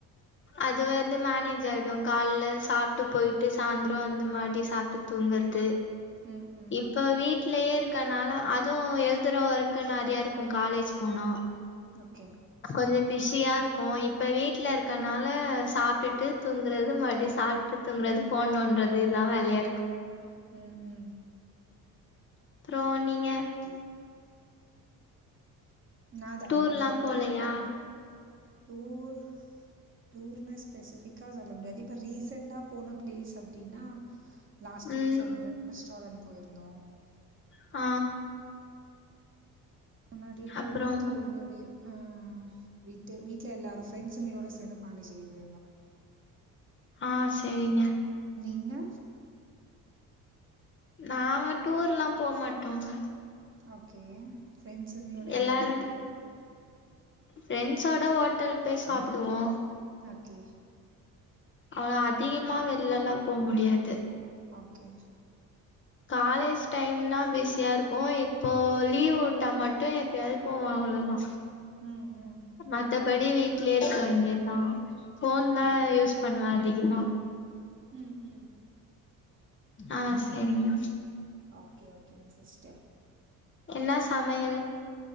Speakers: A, on the left (about 35°); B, on the right (about 35°).
A: அது வந்து மேனேஜ் ஆயிடு கால்ல சாப்ட்டு போயிட்டு சாயந்திரோ அந்த மாதி சாப்ட்டு தூங்குறது
B: ம் ம்
A: இப்ப வீட்லயே இருக்கனால அதுவு எ எழுதுற ஒர்க நறைய இருக்கு காலேஜ் போனா
B: ஓகே
A: கொஞ்ச பிஸ் இருக்கு இப்ப வீட்ல இருக்கனால சாப்ட்டுட்டு தூங்குறது மருடி சாப்ட்டு தூங்குறது போணுன்றது இதல்லா வேலையா இருக்கு
B: ம் ம்
A: அப்புற நீங்க
B: ஓகே நா தா
A: டூர்லா
B: என்னோட ஃப்ரீ
A: போலையா
B: டைம்லண டூர் டூர்னு ஸ்பெசிபிக்கா சொல்ல முடியாது இப்ப ரீசன்டா போன பிளேஸ் அப்டின்னா லாஸ்ட்
A: ம்
B: வீக் சம்ப ரெஸ்டாரன்ட் போயிருந்தோ
A: ஆ.
B: முன்னாடி டூருன்னு
A: அப்றோ
B: சொல்ல முடியாது அ வீட்டு வீட்ல எல்லாரு ஃப்ரெண்ட்ஸுங்களோட சேர்ந்து பாண்டிச்சேரி போயிருந்தோ
A: ஆ சேரிங்க
B: நீங்க
A: நாங்க டூர்ல்லா போ மாட்டோங்க
B: ஓகே ஃப்ரெண்ட்ஸ்ங்களோட
A: எல்லாரு
B: எங்கனா அவுட்டிங்
A: ஃப்ரெண்ட்ஸோட ஓட்டல் போய் சாப்டுவோ
B: ஓகே.
A: அ அதிகமா வெள எல்லா போ முடியாது
B: ஓகே.
A: காலேஜ் டைம்னா பிஸியா இருக்கு இப்போ லீவ் விட்டா மட்டு எப்பயாவது போவாங் அவ்ளதா
B: ம், ம்.
A: மத்தபடி வீட்லயே இருக்க வேண்டியதுதா போன்
B: ஓகே.
A: தா யூஸ் பண்ணுவ அதிகமா
B: ம் ம்.
A: ஆ சேரிங்க.
B: ஓகே ஓகேங் சிஸ்டர்
A: என்னா சமையல்